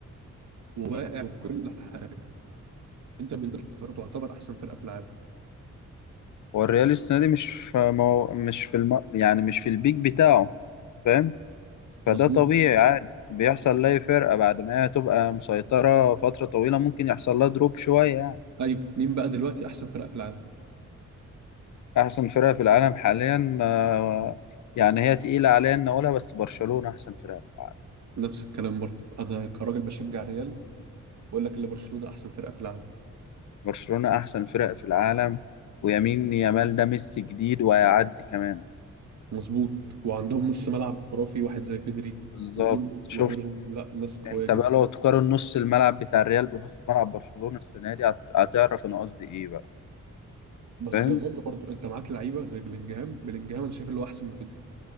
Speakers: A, on the right; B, on the left.
A: وواقع وكل حاجه انت بالنسبه لك تعتبر احسن فرقه في العالم
B: هو الريال السنه دي مش في مو... مش في الم... يعني مش في البيك بتاعه أنت فاهم فده
A: مظبوط
B: طبيعي عادي بيحصل لاي فرقه بعد ما هي تبقى مسيطره فتره طويله ممكن يحصل لها دروب شويه يعني
A: ايوه مين بقى دلوقتي احسن فرقه في العالم
B: احسن فرقه في العالم حاليا آه، يعني هي تقيله عليا ان اقولها بس برشلونه احسن فرقه في العالم
A: نفس الكلام برضه انا كراجل بشجع الريال بقول لك ان برشلونه احسن فرقه في العالم
B: برشلونه احسن فرقه في العالم ويمين يامال ده ميسي جديد وهيعدي كمان
A: مظبوط وعندهم نص ملعب خرافي واحد زي بيدري
B: بالظبط
A: واولمو
B: شفت
A: وغيرهم لا ناس قويه
B: انت
A: جدا
B: بقى لو تقارن نص الملعب بتاع الريال بنص ملعب برشلونه السنه دي هت- هتعرف انا قصدي ايه بقى
A: بس
B: فاهم
A: يظل برضه انت معاك لعيبه زي بلينجهام بلينجهام انا شايف اللي هو احسن من بيدري